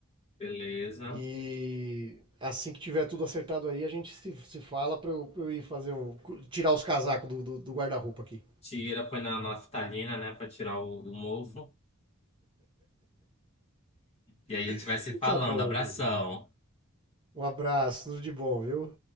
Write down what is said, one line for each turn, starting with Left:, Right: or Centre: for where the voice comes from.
Left: Beleza.
Right: E assim que tiver tudo acertado aí, a gente se, se fala pra eu, pra eu ir fazer um. tirar os casacos do, do do guarda-roupa aqui.
Left: Tira, põe na naftalina, né, pra tirar o, o mofo. E aí a gente vai
Right: <laughs>
Left: se falando.
Right: Tá bom,
Left: Abração.
Right: meu querido. Um abraço, tudo de bom, viu?